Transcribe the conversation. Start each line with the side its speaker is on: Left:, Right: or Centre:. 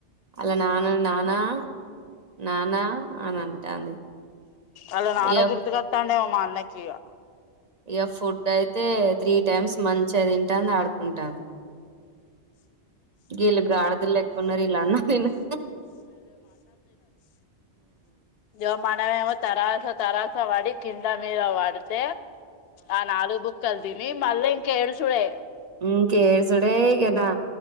Right: అలా నాన్నను నానా నానా అని అంటాంది
Left: అళ నాన
Right: ఇగ
Left: గురుతు కతండేమో మా అన్నకిగా
Right: ఇక ఫుడ్ అయితే త్రీ టైమ్స్ మంచిగా తింటాంది ఆడుకుంటంది గిల్ గాడుదులెక్క ఉన్నళ్ళు ఈల్ అన్నం తినరు
Left: జ మనమెమో తరాస తర వడి కింద మీద వడితే ఆ నాలుగు బుక్కలు తిని మళ్ళీ ఇంకేడుస్ చుడే
Right: ఇంకెడుసుడే ఇగనా